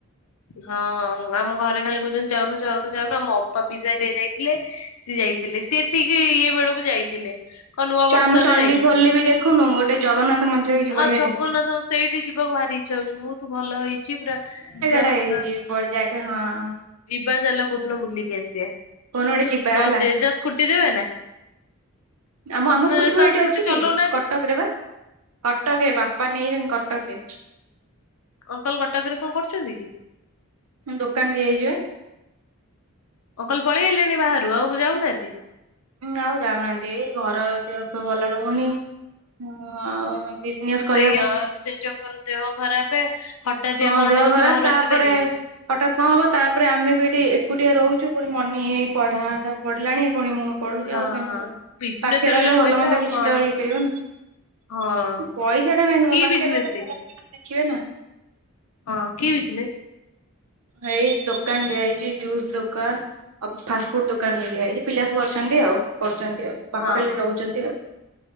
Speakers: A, on the left; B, on the right.
A: ହଁ ଆମ ଘରେ ଖାଲି କହୁଚନ୍ତି ଯାଉନୁ, ଯାଉନୁ, ଯାଉନୁ ଆମ ଅପା ପିଇସା ହରିକା ଯାଇ ଥିଲେ, ସେ ଯାଇ ଥିଲେ ସିଏ ଠିକ ଇଏ ବଳକୁ ଯାଇଥିଲେ, କ ନୂଆ ବର୍ଷରେ
B: ଆମ ଚଣ୍ଡିଖୋଲରେ
A: ଯାଇଥିଲେ
B: ବି ଦେଖୁନୁ ଗୋଟେ ଜଗନ୍ନାଥ ମନ୍ଦିର ହେଇଛି
A: ହଁ
B: ବଢିଆଟେ।
A: ଜଗନ୍ନାଥ ସେଇଠି ଯିବାକୁ ବାହାରି ଇଚଛା ହଉଚି, ବହୁତ ଭଲ ହେଇଚି ପୁରା ପୁରା
B: ଟା ହେଇ
A: ଭଲ
B: ଯିବି ପ ଯାଗା ହଁ ହଁ।
A: ବା ଚାଲ କୋଉ ଦିନ ବୁଲିକି ଆସିବା।
B: ଗୋଟେ ଯିବା
A: ତୋର
B: ହେଲା।
A: ଜେଜ ସ୍କୁଟି ରୁଏ ନା
B: ଆମ ଆମ
A: ତ
B: ସ୍କୁଟିକୁ
A: ତ
B: ଏଇଠି
A: ସ୍କୁଟି
B: ଅଛି କି?
A: ଚଲଉନାହାନ୍ତି
B: କଟକରେ ବା କଟକ ରେ ବାପା ନେଇ କଟ କ ରେ
A: ଅଙ୍କଲ କଟକରେ କଣ କରୁଚନ୍ତି କି?
B: ଦୋକାନ ଦିଆ ହେଇଚି ପା।
A: ଅଙ୍କଲ ପଳେଇଗଲେଣି ବାହାରୁ ଆଉ ଯାଉନାହାନ୍ତି?
B: ନା ଆଉ ଯାଉନାହାନ୍ତି, ଏଇ ଘର ଦେହପାହ ଭଲ ରହୁନି ଆଉ ବିଜନେସ କରି
A: ଏଇଆ ଜେଜେଙ୍କର ଦେହ ଖରାପେ। ହଠାତିଆ
B: ହଁ
A: କଣ
B: ଦେହ
A: ହବ
B: ଖରାପ
A: ସେ ବାହାରୁ
B: ତାପରେ
A: ଆସିପାରିବେ।
B: ହଠାତ୍ କଣ ହବ ତାପରେ ଆମେ ବି ଏଠି ଏକୁଟିଆ ରହୁଛୁ ପୁଣି ମନି ପଢା ଟା ପଢିଲାଣି ପୁଣି ମୁଁ ପଢୁଛି
A: ହଁ
B: ଆଉ କେମିତି
A: ହଁ।
B: ଆଉ
A: ବିଜନେସ
B: ପାଖେ
A: ରେ
B: ରହିଲେ
A: ଯୋଉ
B: ଭଲ
A: ପଇସା
B: ମନ୍ଦ
A: ଆଉ
B: କିଛି
A: କଣ।
B: ତ ଇଏ କରିବନି।
A: ହଁ।
B: ପଇସା ଟା ମେନ
A: କି
B: ପାଖରେ
A: ବିଜନେସ୍
B: ତ
A: ହେଇଛି
B: ଭଲ ଭଲ କିଛି ଦେଖିବେ ନା।
A: ହଁ କି ବିଜନେସ।
B: ଏଇ ଦୋକାନ ଦିଆାଇଛି ଜୁସ୍ ଦୋକାନ ଆଉ ଫାଷ୍ଟ ଫୁଡ ଦୋକାନ
A: ହୁଁ
B: ବି
A: ହୁଁ
B: ଦିଆଯାଇଛି ପିଲା ବାବୁ ଅଛନ୍ତିଆଉ କରୁଛନ୍ତି ଆଉ ବାପା
A: ହଁ
B: ଖାଲି
A: ହଁ
B: ରହୁଛନ୍ତି ଆଉ।